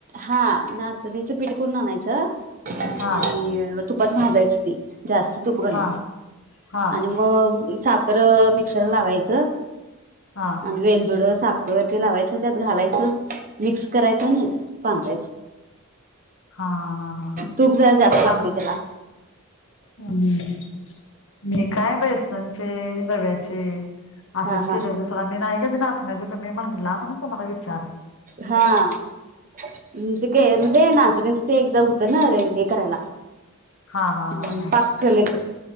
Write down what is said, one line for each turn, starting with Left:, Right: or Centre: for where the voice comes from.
Right: हा नाचनी पीठ करून आणायचं..
Left: हा
Right: आणि. तुपात भाजायचं ती. जास्त तुप घालून
Left: हा हा
Right: आणि मग -- साखर मिक्सर ला लावायचं.
Left: हा हा
Right: आणि वेलदुड साख -- वरती लावायचं त्यात घालायचं मिक्स करायचं आणि -- बांदायचं.
Left: हा हा हा हा
Right: तूप जरा जास्त
Left: सांग
Right: लागतंय तेला --
Left: हम्म <inaudible> मी काय बेसन -- चे, रव्याचे, असंच
Right: हा हा
Left: केले होते सोडा मी नाही कधी ना -- म्हणजे तुम्ही म्हणला म्हणून तुम्हाला वीचा --
Right: हा म्ह ते काय म्हणजे नाचणी च ते एकदा -- नारे हे करायला.
Left: हा हा हा
Right: हम्
Left: हा
Right: पाक केले.